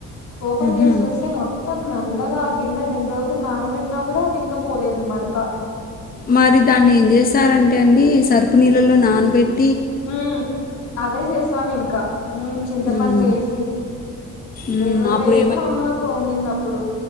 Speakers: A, on the left; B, on the left.
A: ఓపెన్ చేసి
B: మ్మ్.
A: చూస్తే మొత్తం నల్లగా ఆ గిన్న రెండు రోజులు నానబెట్టినా కూడా అది ఇంగ పోలేదు మరక
B: మరి దాన్ని ఏం చేస్తారంటే అండి సరుపు నీళ్ళలో నానబెట్
A: మ్ అదే చేసాం ఇంకా చింతపడేసి
B: మ్మ్. మ్మ్,
A: ఏవేవో
B: అప్పుడు
A: ఏసి మా అమ్మ తోమిందప్పుడు